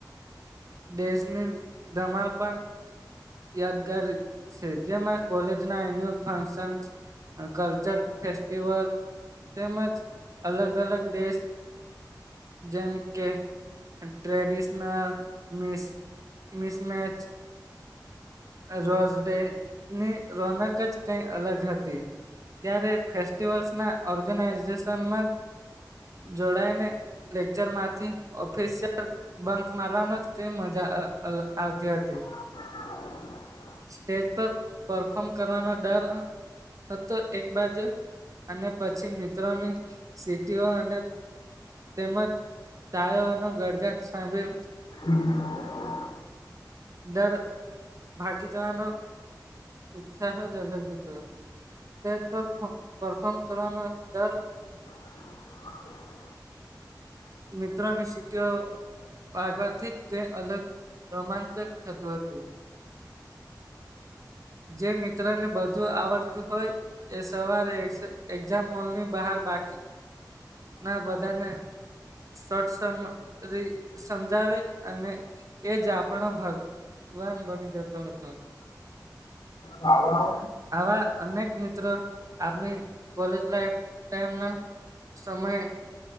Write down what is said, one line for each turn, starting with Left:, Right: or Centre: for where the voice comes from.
Right: દેશની ધમાલ પણ યાદગાર છે, જેમાં કોલેજ ના એન્યુઅલ ફંક્સન્સ કલ્ચર ફેસ્ટિવલ તેમજ અલગ અલગ દેશ જેમ કે- - ટ્રેડિંશન મિસ મિસમેચ રોઝડે ની રોનક જ કઈ અલગ હતી. ત્યારે ફેસ્ટિવલ્સ ના ઓર્ગેનાઈઝેશનમાં જોડાયને લેક્ચરમાંથી ઓફિસ બંક મારવાનો જ કઈ મજા આવતી હતી.
Left: <inaudible>
Right: સ્ટેજ પર પરફોર્મ કરવાનો ડર હતો એક બાજુ- - અને પછી મિત્રોની- - અને તેમજ તાયોનો ગડગાટ સાંભળી- -
Left: હમ- -
Right: દર ભાગીજવાનો ઉત્સાહ જ અલગ હતો. સ્ટેજ પર પરફોર્મ કરવાનો ડર- -
Left: <inaudible>
Right: મિત્રોની સીટીઓ- - વાગવાથી જ કઈ અલગ રોમાંચક થતું હતું. જે મિત્ર ને બધું આવડતું હોય એ સવારે એક્ઝામ હોલ ની બહાર- - બાકી ના બધાને- - સટસરી સમજાવે અને એ જ આપણો ભાગ- - વન બની જતો હતો.
Left: હ
Right: આવા અનેક મિત્રો આપણી કોલેજ લાઈફ ટમ ના સમય..